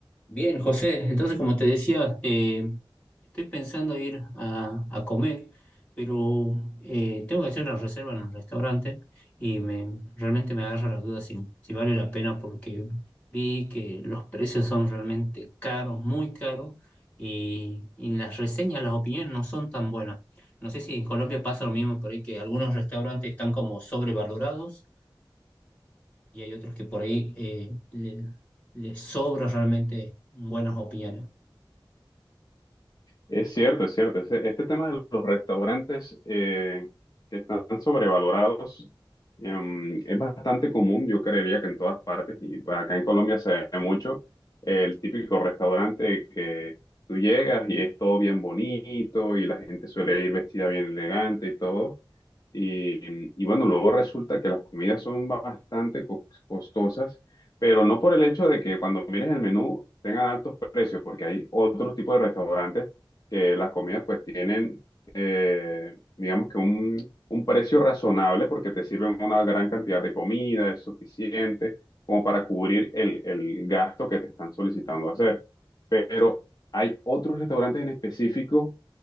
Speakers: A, on the left; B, on the left.
A: Bien, José, entonces como te decía, eh, estoy pensando ir a, a comer, pero eh, tengo que hacer una reserva en el restaurante y me, realmente me agarra la duda si, si vale la pena porque vi que los precios son realmente caros, muy caros, y, y las reseñas, las opiniones no son tan buenas. No sé si en Colombia pasa lo mismo, por ahí que algunos restaurantes están como sobrevalorados y hay otros que por ahí eh, le- les sobra realmente buenas opiniones.
B: Es cierto, es cierto. Ese- Este, tema de los restaurantes eh, que están sobrevalorados em, es bastante común, yo creería que en todas partes, y bueno, acá en Colombia se ve mucho, el típico restaurante que tú llegas y es todo bien bonito y la gente suele ir vestida bien elegante y todo, y, y bueno, luego resulta que las comidas son bastante co- costosas, pero no por el hecho de que cuando mires el menú tengan altos precios, porque hay otros tipos de restaurantes que las comidas pues tienen, eh, digamos que un, un precio razonable porque te sirven una gran cantidad de comida, es suficiente como para cubrir el, el gasto que te están solicitando hacer. Pero hay otros restaurantes en específico